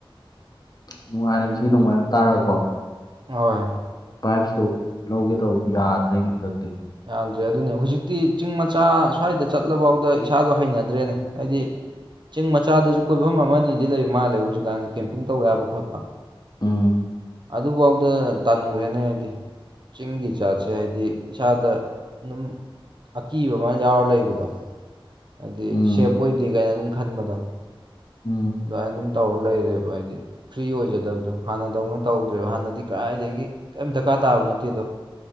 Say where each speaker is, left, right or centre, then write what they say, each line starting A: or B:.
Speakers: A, on the left; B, on the right.
A: ꯅꯨꯡꯉꯥꯏꯔ ꯏꯁꯩ ꯅꯣꯡꯃꯥꯏ ꯑꯃ ꯇꯥꯔꯒꯀꯣ
B: ꯍꯣꯏ
A: ꯄꯥꯏꯞꯁꯇꯣ ꯂꯧꯒꯦ ꯇꯧꯕ ꯌꯥꯗ꯭ꯔꯦꯅꯦ ꯍꯟꯗꯛꯇꯤ
B: ꯌꯥꯥꯟꯗ꯭ꯔꯦ ꯑꯗꯨꯅꯦ ꯍꯧꯖꯤꯛꯇꯤ ꯆꯤꯡ ꯃꯆꯥ ꯁ꯭ꯋꯥꯏꯗ ꯆꯠꯂꯐꯥꯎꯗ ꯏꯁꯥꯗꯣ ꯍꯩꯅꯗ꯭ꯔꯦꯅꯦ ꯍꯥꯏꯗꯤ ꯆꯤꯡ ꯃꯆꯥꯗꯁꯨ ꯀꯣꯏꯐꯝ ꯑꯃꯅꯤꯗꯤ ꯂꯩꯕ ꯃꯥꯜꯂꯦ ꯍꯧꯖꯤꯛꯀꯥꯟ ꯀꯦꯝꯄꯤꯡ ꯇꯧꯕ ꯌꯥꯕ ꯈꯣꯠꯄ
A: ꯎꯝ
B: ꯑꯗꯨꯐꯥꯎꯗ ꯇꯟꯈ꯭ꯔꯦꯅꯦ ꯍꯥꯏꯗꯤ ꯆꯤꯡꯒꯤ ꯖꯥꯠꯁꯦ ꯍꯥꯏꯗꯤ ꯏꯁꯥꯗ ꯑꯗꯨꯝ ꯑꯀꯤꯕ ꯑꯃ ꯌꯥꯎꯔ ꯂꯩꯕꯗꯣ ꯍꯥꯏꯗꯤ
A: ꯎꯝ
B: ꯁꯦꯞ ꯑꯣꯏꯗꯦ ꯀꯥꯏꯅ ꯑꯗꯨꯝ ꯈꯟꯕꯗꯣ
A: ꯎꯝ
B: ꯥꯑꯗꯨꯃꯥꯏ ꯑꯗꯨ ꯇꯧꯔ ꯂꯩꯔꯦꯕ ꯍꯥꯏꯗꯤ ꯐ꯭ꯔꯤ ꯑꯣꯏꯖꯗꯕꯗꯣ ꯍꯥꯟꯅꯗꯧꯅ ꯇꯧꯗ꯭ꯔꯦꯕ ꯍꯥꯟꯅꯗꯤ ꯀꯗꯥꯥꯏꯗꯒꯤ ꯀꯔꯤꯝ ꯗꯔꯀꯥꯔ ꯇꯥꯕ ꯅꯠꯇꯦꯗꯣ